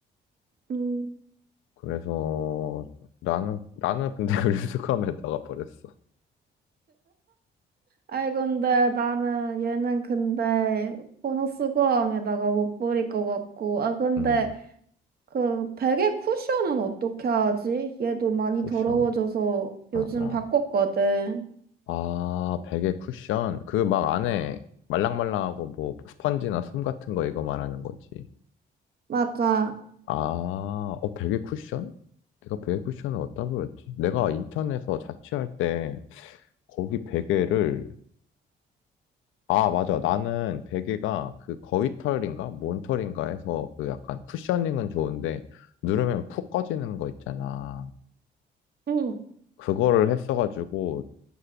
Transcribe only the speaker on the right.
음.
아이 근데 나는 얘는 근데 보너스 고함에다가 못 버릴 것 같고 아 근데
그 베개 쿠션은 어떻게 하지? 얘도 많이
더러워져서
요즘
바꿨거든.
맞아.
응.